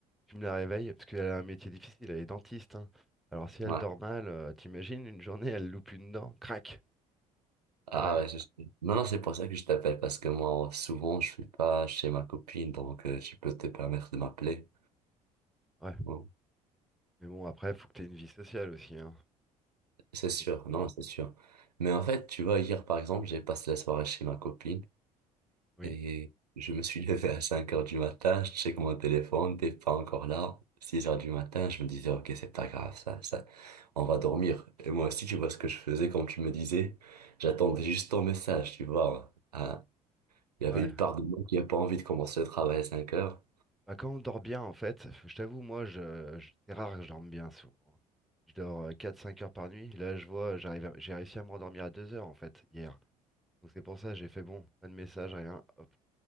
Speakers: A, in the centre; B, on the right.
A: tu me la réveilles, parce qu'elle a un métier difficile, elle est dentiste, hein. Alors si elle
B: Ouais.
A: dort mal, euh, t'imagines, une journée, elle loupe une dent, crac. Ah
B: Ah
A: ouais,
B: ouais, je sais. Non, non, c'est pour ça que je t'appelle parce que moi, souvent, je suis pas chez ma copine, donc euh, tu peux te permettre de m'appeler.
A: ouais.
B: Bon.
A: Mais bon, après, faut que t'aies une vie sociale aussi, hein.
B: C'est sûr,
A: Faut que-
B: non, c'est sûr. Mais en fait, tu vois, hier, par exemple, j'ai passé la soirée chez ma copine
A: Oui,
B: et je me suis <laughs> levé à 5 heures du matin, je check mon téléphone, t'es pas encore là. six heures du matin, je me disais, ok, c'est pas grave, ça, ça, on va dormir. Et moi aussi, tu vois ce que je faisais quand tu me disais, j'attendais juste ton message, tu vois. Ah, il y avait
A: ouais.
B: une part de moi qui a pas envie de commencer le travail à cinq heures.
A: Bah, quand on dort bien, en fait, je t'avoue, moi, je, je- c'est rare que je dorme bien souvent. hein. Je dors euh, 4-5 heures par nuit. Là, je vois, j'arrive à- j'ai réussi à me rendormir à 2 heures, en fait, hier. Donc c'est pour ça, j'ai fait bon, pas de message, rien. Hop.